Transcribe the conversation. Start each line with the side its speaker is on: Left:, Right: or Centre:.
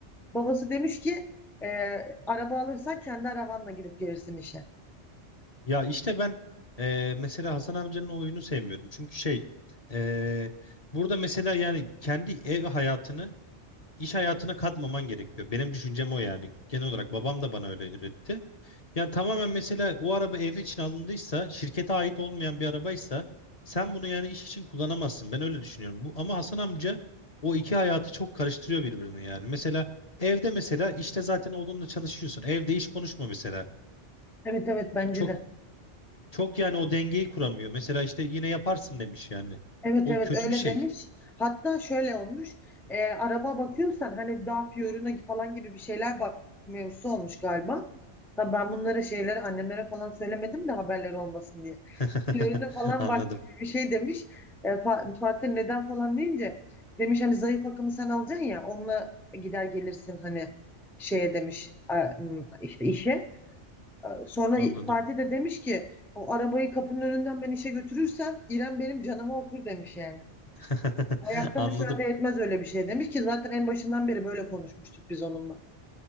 Centre: Babası demiş ki e, araba alırsan kendi arabanla gidip gelirsin işe.
Left: Ya işte ben eee, mesela Hasan amcanın o oyunu sevmiyorum. Çünkü şey eee, burada mesela yani kendi ev hayatını iş hayatına katmaman gerekiyor. Benim düşüncem o yani. Genel olarak babam da bana öyle öğretti. Yani tamamen mesela o araba ev için alındıysa şirkete ait olmayan bir arabaysa sen bunu yani iş için kullanamazsın. Ben öyle düşünüyorum. Bu, ama Hasan amca o iki hayatı çok karıştırıyor birbirine yani. Mesela evde mesela işte zaten oğlunla çalışıyorsun. Evde iş konuşma mesela.
Centre: Evet evet bence
Left: Çok
Centre: de.
Left: çok yani o dengeyi kuramıyor. Mesela işte yine yaparsın demiş yani.
Centre: Evet
Left: O
Centre: evet
Left: kötü
Centre: öyle
Left: bir şey.
Centre: demiş. Hatta şöyle olmuş. E, araba bakıyorsan hani Dacia Fiorino falan gibi bir şeyler bak mevzusu olmuş galiba. Tabii ben bunlara şeyleri annemlere falan söylemedim de haberleri olmasın diye.
Left: <laughs>
Centre: Fiorino falan
Left: Anladım,
Centre: bak gibi bir şey demiş. E, Fa- Fatih neden falan deyince demiş hani zayıf akımı sen alacaksın ya onunla gider gelirsin hani şeye demiş a- m, işte işe. A- Sonra
Left: anladım.
Centre: Fatih de demiş ki o arabayı kapının önünden ben işe götürürsem İrem benim canımı okur demiş yani.
Left: <laughs>
Centre: Hayatta
Left: Anladım.
Centre: müsaade etmez öyle bir şey demiş ki zaten en başından beri böyle konuşmuştuk biz onunla.